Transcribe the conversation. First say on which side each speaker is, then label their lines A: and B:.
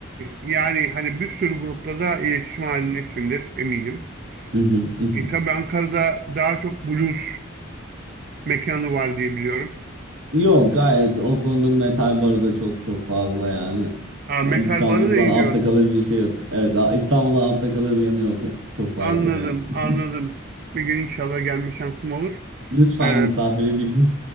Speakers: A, on the right; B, on the right.
A: yani hani bir sürü grupla da iletişim halindesindir eminim.
B: <laughs>
A: E, tabii Ankara'da daha çok blues mekanı var diye biliyorum.
B: Yok gayet o konuda metal barı da çok çok fazla yani.
A: Ha, metal
B: İstanbul'dan
A: barı da iyi
B: altta
A: diyor.
B: kalır bir şey yok. Evet a- İstanbul'dan altta kalır bir yanı yok. Çok fazla
A: Anladım,
B: yani. <laughs>
A: anladım. Bir gün inşallah gelme şansım olur.
B: Lütfen
A: Ee,
B: misafir edeyim.